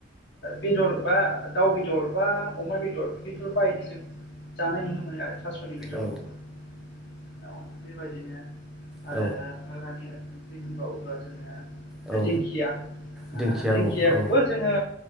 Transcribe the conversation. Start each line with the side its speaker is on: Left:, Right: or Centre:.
Left: बेदर बा दाउ दउ बेदर बा अमा बेदर बेफोर बायदि जों जानाय नुनो मोनो आरो थास'नि बेदरखौबो।
Centre: औ
Left: <inaudible> औ बेबायदिनो आरो
Centre: औ
Left: हाग्रानि ओंख्रि होनबावोब्ला जोङो
Centre: औ
Left: दिंखिया ओ
Centre: दिंखिया
Left: दिंखियाखौबो
Centre: औ
Left: जोङो